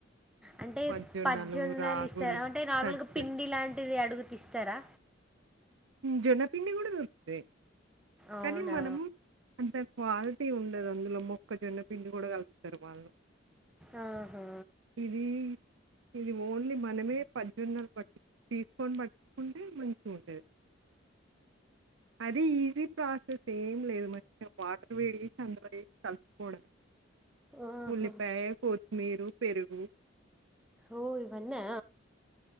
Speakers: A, in the centre; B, on the right.
A: అంటె
B: పచ్చజొన్నలు,
A: పజోన్నలు
B: రాగులు,
A: ఇస్తారు అంటే నార్మల్గా
B: సజ్జ
A: పిండి లాంటిది అడుగుతె ఇస్తారా
B: జొన్నపిండి కూడా దొరుకుతాయి
A: అవునా!
B: కానీ మనం అంత క్వాలిటీ ఉండదు అందులో మొక్కజొన్న పిండి కూడ కలుపుతారు వాళ్ళు
A: ఆహా
B: ఇది ఇది ఓన్లీ మనమే పజోన్నలు పట్టి తీసుకొని బట్ ఉంటె మంచిగుంటది అది ఈజీ ప్రాసెస్ ఏం లేదు మంచిగ వాటర్ వేడి చేసి అందులో వేసి కలుసుకోవడమే
A: ఆహా
B: ఉల్లిపాయ కోస్ మీరు పెరుగు
A: ఓ ఇవన్నా